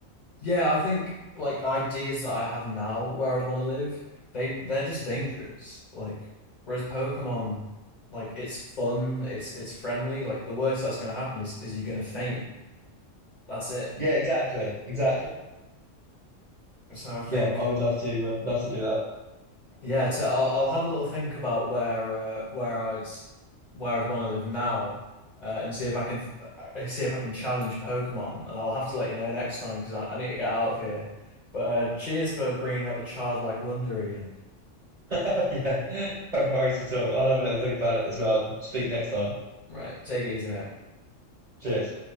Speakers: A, on the left; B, on the right.
A: Yeah, I think like ideas that I have now where I'd want to live, they they're just dangerous. Like whereas Pokemon, like it's fun, it's it's friendly. Like the worst that's going to happen is is you're going to faint. That's it.
B: Yeah, exactly. Exactly.
A: So I think
B: Yeah, I would love to uh, love to do that.
A: yeah, to, I'll I'll have a little think about where uh, where I'd where I'd want to live now, uh, and see if I can th uh, see if I can challenge Pokemon. And I'll have to let you know next time because I, I need to get out of here. But uh, cheers for bringing out the childlike wonder again.
B: <laughs> Yeah, no worries at all. I'll have a little think about it as well. Speak next time.
A: Right. Take it easy, mate.
B: Cheers.